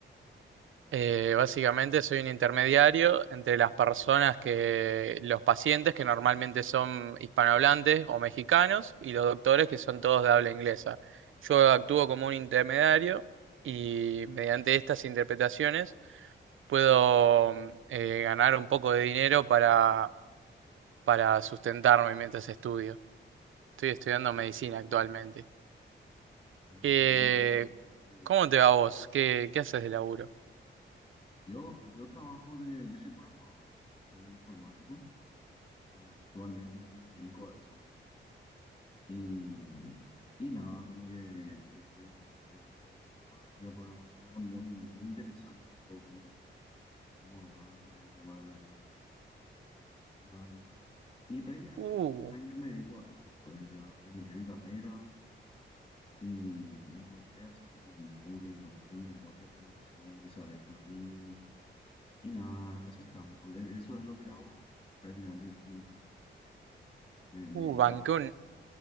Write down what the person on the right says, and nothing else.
eh, básicamente soy un intermediario entre las personas que, los pacientes que normalmente son hispanohablantes o mexicanos y los doctores que son todos de habla inglesa. Yo actúo como un intermediario y mediante estas interpretaciones puedo mm, eh, ganar un poco de dinero para, para sustentarme mientras estudio. Estoy estudiando medicina actualmente.
¿Qué-
cómo
te va a
vos?
¿Qué, qué haces
de laburo?
Uh,
uh,
banqué
un-